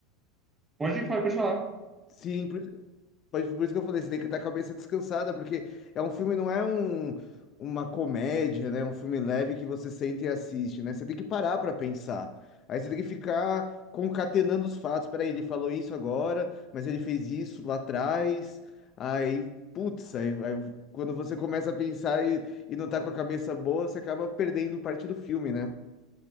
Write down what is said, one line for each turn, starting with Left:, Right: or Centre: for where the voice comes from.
Right: Pode falar, pode falar.
Left: Sim, Pode- Por isso que eu falei, você tem que estar com a cabeça descansada, porque é um filme, não é um, uma comédia, né? É Um filme leve que você senta e assiste, né? Você tem que parar para pensar. Aí você tem que ficar concatenando os fatos. Peraí, ele falou isso agora, mas ele fez isso lá atrás. Aí, putz, aí, aí quando você começa a pensar e, e não tá com a cabeça boa, você acaba perdendo parte do filme, né?